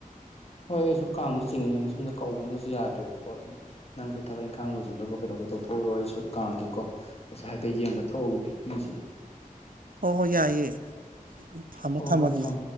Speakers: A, on the left; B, on the right.
A: ꯍꯣꯏ ꯑꯩꯁꯨ ꯀꯥꯡꯉꯦ ꯆꯤꯡꯉꯦꯅ ꯁꯣꯝꯅ ꯀꯧꯕꯅꯅꯁꯨ ꯌꯥꯗ꯭ꯔꯦꯕꯀꯣ ꯑꯗꯨꯝ ꯅꯪꯁꯨ ꯊꯕꯛ ꯏꯪꯈꯥꯡ ꯂ‌ꯣꯏꯁꯤꯟꯗꯧꯕ ꯀꯩꯗꯧꯕ ꯇꯧꯊꯣꯛꯎꯔꯣ ꯑꯩꯁꯨ ꯀꯥꯡꯒꯤꯀꯣ ꯑꯁ ꯍꯥꯏꯐꯦꯠ ꯌꯦꯡꯕ ꯊꯣꯛꯎꯈꯤꯒꯦ ꯃꯤꯁꯨ
B: ꯍꯣꯏ ꯍꯣꯏ ꯌꯥꯏꯑꯦ ꯎ ꯊꯝꯃꯣ
A: ꯍꯣꯏ
B: ꯊꯝꯃꯣ
A: ꯍꯣꯏ
B: ꯑꯗꯨꯗꯤ
A: ꯊꯝꯃꯦ